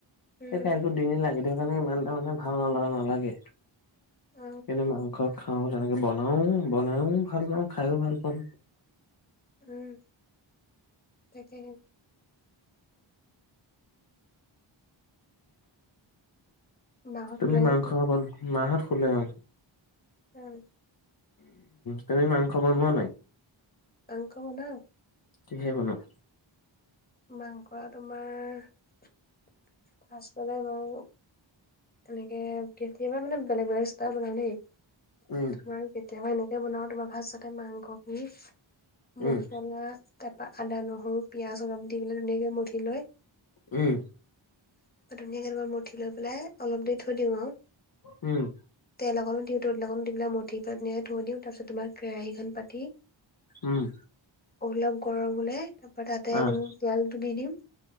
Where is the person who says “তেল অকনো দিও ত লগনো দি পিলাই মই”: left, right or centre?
Left